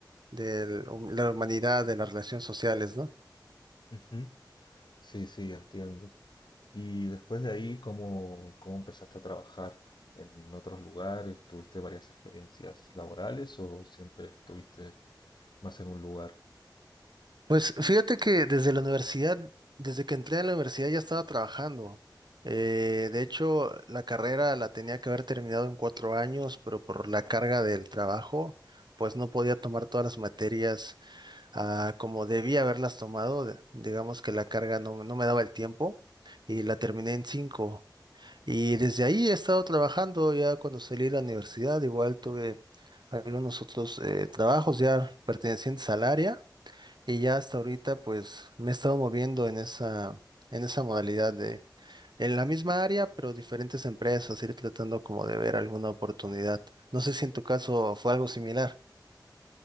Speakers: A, on the right (about 65°); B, on the left (about 70°).
A: del- la humanidad, de las relaciones sociales, ¿no?
B: Ujú. Sí, sí, entiendo. Y después de ahí, ¿cómo, cómo empezaste a trabajar en otros lugares? ¿Tuviste varias experiencias laborales o siempre estuviste más en un lugar?
A: Pues fíjate que desde la universidad, desde que entré a la universidad ya estaba trabajando. Eh, de hecho, la carrera la tenía que haber terminado en cuatro años, pero por la carga del trabajo, pues no podía tomar todas las materias a como debía haberlas tomado, de- digamos que la carga no, no me daba el tiempo y la terminé en cinco Y desde ahí he estado trabajando, ya cuando salí de la universidad, igual tuve algunos otros eh, trabajos ya pertenecientes al área y ya hasta ahorita pues me he estado moviendo en esa, en esa modalidad de, en la misma área, pero diferentes empresas, ir tratando como de ver alguna oportunidad. No sé si en tu caso fue algo similar.